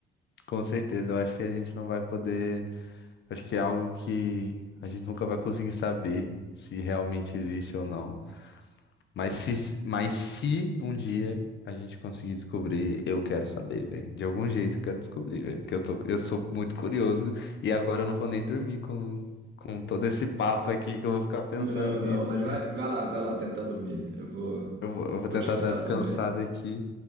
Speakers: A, on the left (about 65°); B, on the right (about 60°).
A: com certeza. Eu acho que a gente não vai poder Acho que é algo que a gente nunca vai conseguir saber se realmente existe ou não. Mas se, mas se um dia a gente conseguir descobrir, eu quero saber, velho. De algum jeito eu quero descobrir, velho. Porque eu tô, eu sou muito curioso e agora eu não vou nem dormir com, com todo esse papo aqui que eu vou ficar pensando
B: Não, não,
A: nisso.
B: mas vai, vai lá, vai lá tentar dormir. Eu vou,
A: Eu vou, eu vou
B: vou
A: tentar
B: descansar
A: dar uma descansada
B: também.
A: aqui,